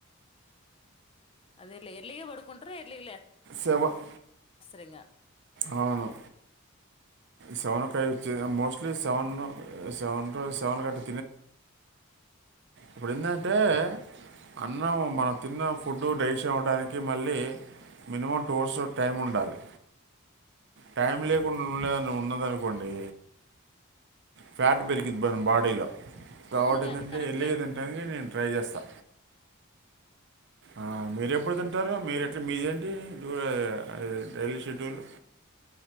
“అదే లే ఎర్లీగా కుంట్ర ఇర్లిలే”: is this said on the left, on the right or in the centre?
Left